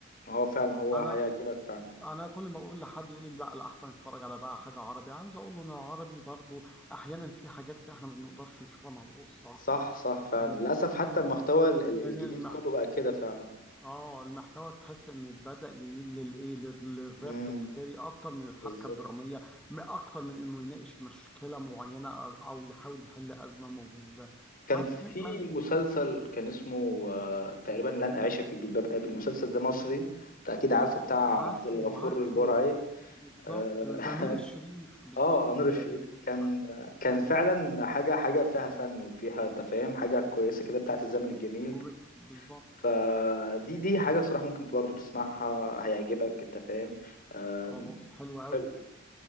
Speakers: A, on the left; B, in the centre.
A: هو فعلا هو
B: انا
A: هيعجبك فعلا
B: انا كل ما اقول لحد يقول لي لا الاحسن اتفرج على بقى حاجه عربي عاوز اقول له ان العربي برضو احيانا في حاجات احنا ما بنقدرش نشوفها مع الاسره
A: صح صح فعلا
B: يعني
A: للأسف
B: م-
A: حتى المحتوى ال- ال-
B: لان
A: الجديد
B: المحت...
A: كله بقى كده فعلا
B: اه المحتوى تحس ان بدأ يميل للايه لل- للربح
A: امم
B: التجاري اكتر من الحبكه
A: بالظبط
B: الدراميه م- اكتر من انه يناقش مشكله معينه او أو يحاول يحل ازمه موجوده
A: كان
B: بس
A: في
B: ما
A: مسلسل كان اسمه آه، تقريبا لن أعيش في جلباب أبي المسلسل ده مصري أنت أكيد عارفه بتاع
B: عارفه
A: عبد الغفور
B: عارفه
A: البرعي
B: بالظبط
A: آه،
B: ده نور الشريف بالظبط
A: اه انور
B: ده
A: الشريف
B: كان مسلسل
A: كان كان
B: آه،
A: فعلا حاجه حاجه فيها فن وفيها انت فاهم حاجه كويسه كده بتاعت الزمن الجميل
B: وبت- بالظبط
A: فدي دي حاجه صراحه ممكن برضه تسمعها هيعجبك انت فاهم آه
B: خلاص حلو قوي
A: حلو